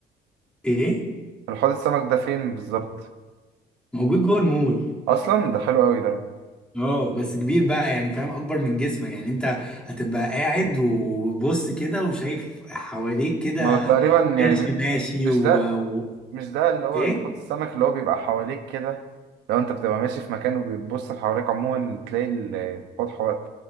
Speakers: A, in the centre; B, on the right.
A: ايه
B: الحوض السمك ده فين بالظبط
A: موجود جوه المول
B: اصلا ده حلو قوي ده
A: اه بس كبير بقى يعني فاهم اكبر من جسمك يعني انت هتبقى قاعد وبص كده وشايف حواليك كده
B: ما هو تقريبا يعني
A: قرش
B: بيبقى-
A: ماشي
B: مش
A: و...
B: ده
A: و...
B: مش ده اللي هو
A: ايه
B: الحوض السمك اللي هو بيبقى حواليك كده لو انت بتبقى ماشي في مكان وبتبص حواليك عموما تلاقي ال- الحوض حواليك